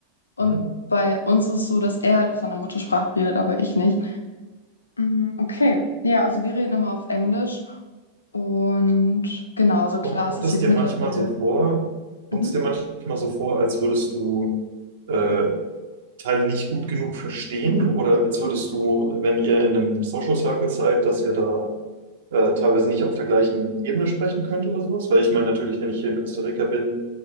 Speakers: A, on the left; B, on the right.
A: Und
B: Mhm.
A: bei uns ist es so, dass er halt auf seiner Muttersprache redet, aber ich nicht. Mm, Okay, ja, also wir reden immer auf Englisch und genau, also klar,
B: Kommt, kommt
A: es ist
B: es
A: jetzt
B: dir
A: mittlerweile.
B: manchmal so vor, kommt
A: Mhm.
B: es dir manchmal so vor, als würdest du äh, Teile nicht gut genug verstehen? Oder als würdest du, wenn ihr in einem Social Circle seid, dass ihr da äh, teilweise nicht auf der gleichen Ebene sprechen könnt oder sowas? Weil ich meine, natürlich, wenn ich hier in Costa Rica bin,